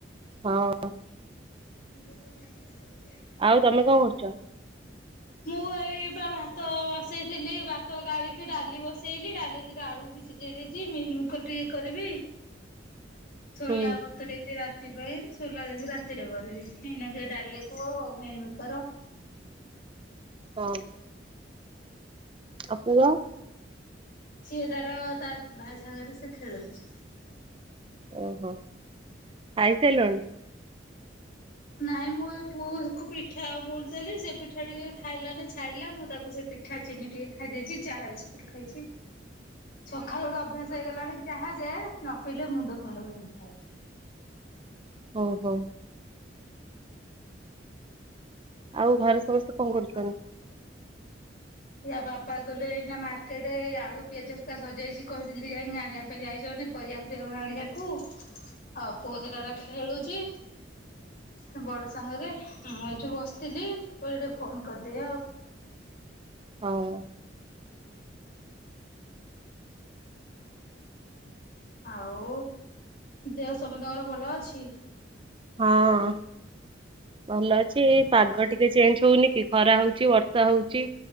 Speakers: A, on the right (about 30°); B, on the left (about 55°).
A: ହଁ
B: <unintelligible>
A: ଆଉ ତମେ କଣ କରୁଚ?
B: ମୁଁ ଏଇପା ଭାତ ବସେଇଥିଲି ଭାତ ଗାଳିକି ଡାଲି ବସେଇଲି ଡାଲିରେ ଦିଟା ଆଳୁ ବି ସିଯେଇ ଦେଇଚି ମିଲ୍ ମିକର୍ ଟିକେ କରିବି ସୋଲା
A: ହୁଁ
B: ବ ବତୁରେଇଚି ରାତି ପାଇଁ ସୋଲା ଯାଇକି ରାତିରେ କରିବି। ଏଇନାକେ ଡାଲିକୁ ମିଲ୍ ମିକର୍
A: ହଁ ଆଉ ପୁଅ?
B: ସିଏ ତାର ତା ଭାଇ ସାଙ୍ଗରେ ସେ ଖେଳୁଚି।
A: ଓହୋ ଖାଇସାରିଲଣି?
B: ନାଇଁ ମୁଁ ଏ ପୁଅକୁ ପିଠା ଆଉ ଅମୁଲୁ ଦେଲି ସେ ପିଠା ଟିକେ ଖାଇଲାନି ଛାଡ଼ିଲା ମୁଁ ତାକୁ ସେ ପି ପିଠା ଚିନି ଟିକେ ଖାଇ ଦେଇଚି ଚାହା ବିସ୍କୁଟ ଖାଇଚି। ସକାଳୁ ଗୋଟେ ଅଭ୍ୟାସ ହେଇଗଲାଣି ଚାହା ଯେ ନ ପିଇଲେ ମୁଣ୍ଡ ଫୁଣ୍ଡ ବିନ୍ଧା ହଉଚି।
A: ହୋଉ ହୋଉ ଆଉ ଘରେ ସମସ୍ତେ କଣ କରୁଛନ୍ତି?
B: ହଉ <unintelligible> ୟା ବାବା ଗଲେ ଏଇନା ମାର୍କେଟେ ଆଳୁ ପିଆଜ ହରିକା ସରଜାଇଛି କହିଥିଲି ଟିକେ ଯାଇକି ଆଣିବା ପାଇଁ ଯାଇଛନ୍ତି। ପରିବା ଫରିବା ଗୁଡା ଆଣିଆକୁ ଆଉ ପୁଅ ତ ତାର ଖେଳୁଚି। ସେ ବଡ ସାଙ୍ଗରେ ମୁଁ ଏଇଠି ବସିଥିଲି କଇଲି ଟିକେ ଫୋନ କରିଦିଏ ଆଉ।
A: ହଉ
B: ଆଉ ଦେହ ସମସ୍ତଙ୍କର ଭଲ ଅଛି।
A: ହଁ ଭଲ ଅଛି ଏଇ ପାଗ ଟିକେ ଚେଞ୍ଜ ହଉନି କି ଖରା ହଉଚି ବର୍ଷା ହଉଚି।